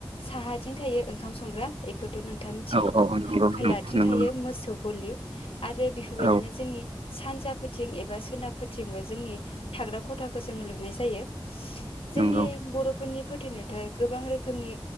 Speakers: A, on the left; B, on the right.
A: साहाथिं थायो ओंखाम संग्रा बेखौ' नोंथाङा मिथिखागौ
B: औ औ नंगौ
A: खोलाथिं
B: नंगौ
A: थायो
B: नंगौ
A: मोसौ गलि आरो बेफोरबायदिनो
B: औ
A: जोंनि सानजा फोथिं एबा सोनाब फोथिंबो जोंनि थाग्रा खथाखौ जोङो लुनाय जायो जोंनि
B: नंगौ
A: बर'फोरनि फोथायनायथ' गोबां रोखोमनि